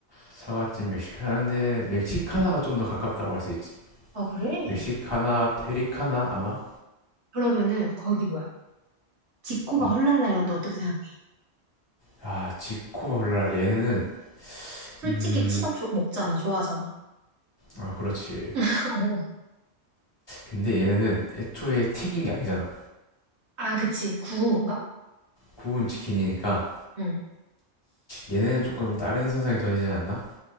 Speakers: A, on the left; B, on the right.
A: 사과찜 멕시카나인데 멕시카나가 좀 더 가깝다고 할 수 있지.
B: 아, 그래?
A: 멕시카나 페리카나 아마.
B: 그러면은 거기 뭐야? 지코바
A: 음.
B: 헐랄라 이런 데 어떻게 생각해?
A: 아 지코바 블라 얘네는
B: 솔직히
A: 음.
B: 치밥 조- 먹잖아, 좋아하잖아.
A: 아 그렇지.
B: <laughs> 어.
A: 근데 얘네는 애초에 튀긴 게 아니잖아.
B: 아, 그치. 구운 건가?
A: 구운 치킨이니까
B: 응.
A: 얘네는 조금 다른 선상에 둬야 되지 않나?